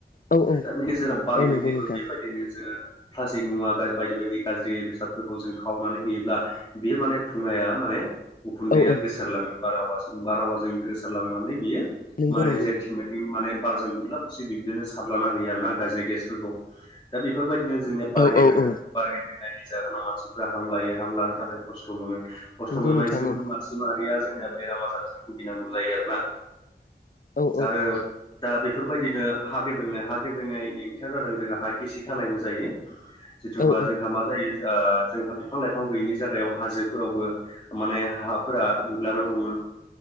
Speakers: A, on the left; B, on the left.
A: औ औ
B: दा बेनि जेराव बा
A: औ
B: गबनायबो
A: नंगौ नोंथां
B: बेबायदिनो जोङो प्लास्टिक मुवा गा बायदि बायदि गाज्रि बेसादफोरखौ जों खावनानै होयोब्ला बियो माने धुङाया माने ने उखुन्दैया
A: औ औ
B: गोसारलाङो बारहावों बारहावाजों गोसारलांनानै बियो
A: नंगौ
B: माने
A: नंगौ
B: जेथिं मेथिं माने बारजों बुदलाब बुसि बिब्दिनो सारलाना होयो आरोना गाज्रि गेसफोरखौ दा बेफोरबायदिनो जोंनिया बार
A: औ
B: गेब्रेङो
A: औ औ
B: बार गेब्रेंनायनि जाहोनाव मानसिफोरारा हां लायो हां लानो थाखाय खस्थ' मोनो खस्थ'
A: नंगौ
B: मोननायजों
A: नोंथां औ
B: मानसि माहारिया जोंनिया बेराम आजारजों भुगिनांगौ जायो आरोना।
A: औ
B: आरो दा बेफोरबायदिनो हा गेब्रेंनाय हा गेब्रेंनायनि ओंथिया जादों जोंहा हा गिसि खानायबो जायो। जिथुबा
A: औ
B: जोंहा मा जायो आ जोंहा बिफां लाइफां गैयिनि जायगायाव हाजोफोरावबो माने हाफोरा गुग्लानो हमो